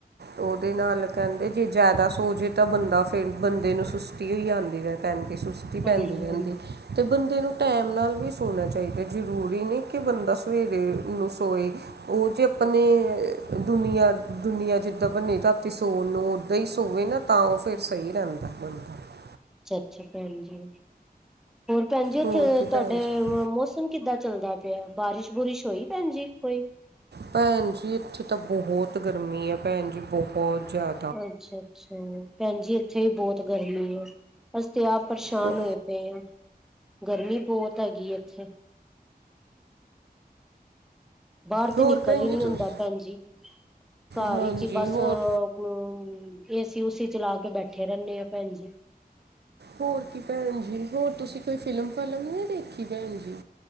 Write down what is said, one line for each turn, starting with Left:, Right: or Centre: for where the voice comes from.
Right: ਉਹਦੇ ਨਾਲ ਕਹਿੰਦੇ ਜੇ ਜ਼ਿਆਦਾ ਸੋ ਜੇ ਤਾਂ ਬੰਦਾ ਫੇ ਬੰਦੇ ਨੂੰ ਸੁਸਤੀ ਹੋਈ ਜਾਂਂਦੀ ਹੈ ਕਹਿਣ ਸੁਸ ਪੈਂਦੀ
Centre: ਹਾਂਜੀ
Right: ਰਹਿੰਦੀ
Centre: ਹਾਂਜੀ
Right: ਤੇ ਬੰਦੇ ਨੂੰ ਟੈਮ ਨਾਲ ਵੀ ਸੋਣਾ ਚਾਹੀਦਾ ਜ਼ਰੂਰੀ ਨਹੀਂ ਕਿ ਬੰਦਾ ਸਵੇਰੇ ਨੂੰ ਸੋਏ ਉਹ ਜੇ ਆਪਣੇ ਦੁਨੀਆਂ ਦੁਨੀਆਂ ਜਿੱਦਾਂ ਬਨੇ ਧਰਤੀ ਸੋਨ ਨੂੰ ਰਈਸ ਹੋਵੇ ਨਾ ਤਾਂ ਉਹ ਫਿਰ ਸਹੀ ਰਹਿੰ ਤ <unintelligible>
Centre: ਅੱਛਾ ਅੱਛਾ <unintelligible> ਭੈਣ ਜੀ। ਹੋਰ ਭੈਣ ਜੀ ਉੱਥੇ
Right: ਹੋਰ ਕੀ
Centre: ਤੁਹਾਡੇ
Right: ਭੈਣ ਜੀ
Centre: ਮ ਮੌਸਮ ਕਿੱਦਾਂ ਚੱਲਦਾ ਪਿਆ ਬਾਰਿਸ਼ ਬੁਰਿਸ਼ ਹੋਈ ਭੈਣ ਜੀ ਕੋਈ
Right: ਭੈਣ ਜੀ ਇੱਥੇ ਤਾਂ ਬਹੁਤ ਗਰਮੀ ਹੈ ਭੈਣ ਜੀ ਬਹੁ ਬਹੁਤ ਜਾ
Centre: ਅੱਛ ਅੱਛਾ ਭੈਣ ਜੀ ਇੱਥੇ ਵੀ ਬਹੁਤ ਗਰਮੀ ਐ ਅਸ ਤੇ ਆਪ ਪਰਸ਼ਾਨ
Right: ਹੋ-
Centre: ਹੋਏ ਪਏ ਆਂ ਗਰਮੀ ਬਹੁਤ ਹੈਗੀ ਆ ਇੱਥੇ ਬਾਹਰ ਤੇ
Right: ਹੋਰ
Centre: ਨਿਕਲ
Right: ਭੈਣ
Centre: ਹੀ
Right: ਜੀ
Centre: ਨੀ
Right: ਤੁਸੀਂ
Centre: ਹੁੰਦਾ ਭੈਣਜੀ ਘਰ
Right: ਹਾਂਜੀ
Centre: ਈ ਚ ਬਸ
Right: ਹੋਰ
Centre: ਅ ਹਮ ਏਸੀ ਉਸੀ ਚਲਾ ਕੇ ਬੈਠੇ ਰਹਿੰਨੇ ਆ ਭੈਣ ਜੀ
Right: ਹੋਰ ਕੀ ਭੈਣ ਜੀ ਹੋਰ ਤੁਸੀਂ ਕੋਈ ਫਿਲਮ ਫਲਮ ਨਹੀਂ ਦੇਖੀ ਭੈਣ ਜੀ